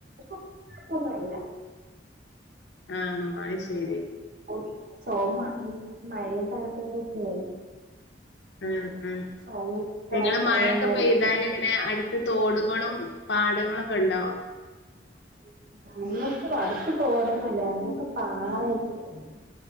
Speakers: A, on the right; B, on the left.
A: കുഴപ്പൊന്നുംല്ല
B: ആണോ അത് ശരി.
A: ഓഹ് ചോമ ഈ മഴയും തണപ്പും <unintelligible>
B: ഉം ഉം
A: ചുമ കാര്യങ്ങളുമായിട്ട്
B: നിങ്ങള് മഴൊക്കെ പെയ്താല് എങ്ങനെ അടുത്ത് തോടുകളും പാടങ്ങളൊക്കെ ഉണ്ടൊ
A: <inaudible> ങ്ങക്ക് വടച്ച് പോടന്നല്ല അനെയൊക്കെ പാറയക്കണ്